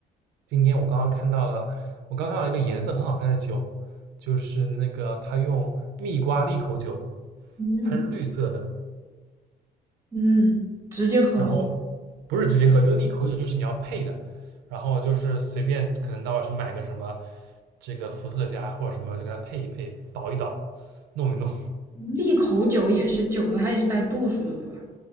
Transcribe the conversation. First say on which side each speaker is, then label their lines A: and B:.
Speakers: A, on the right; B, on the right.
A: 今天我刚刚看到了，我刚看到一个颜色很好看的酒，就是那个它用蜜瓜利口酒，
B: 嗯
A: 它是绿色的，
B: 嗯，直接喝吗？
A: 然后不是直接喝，这个利口酒就是你要配的，然后就是随便可能到去买个什么这个伏特加或者什么，就给它配一配，倒一倒，弄一弄。
B: 利口酒也是酒的，它也是带度数的，对吧？